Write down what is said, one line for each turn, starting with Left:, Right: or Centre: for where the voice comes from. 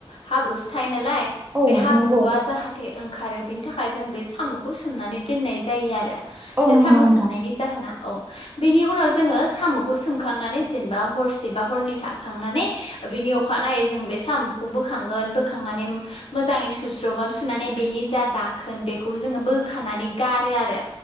Left: हाब्रुवसो थायो नालाय
Right: औ
Left: बे हाब्रुआ
Right: नंगौ
Left: जाहाथे ओं- खारो बिनि थाखाय जों बे सामुखौ सोमनानै दोननाय जायो आरो
Right: औ
Left: बे
Right: नंगौ
Left: सामु
Right: नोंथां
Left: सोमनायनि जाहोना औ बेनि उनाव जोङो सामुखौ सोमखांनानै जेनेबा हरसे बा हरनै थाखांनानै बेनि अखानायै जों बे सामुखौ बोखांगोन बोखांनानै मोजाङै सुस्र'गोन सुनानै बेनि जा दाखोन बेखौ जों बोखानानै जों गारो आरो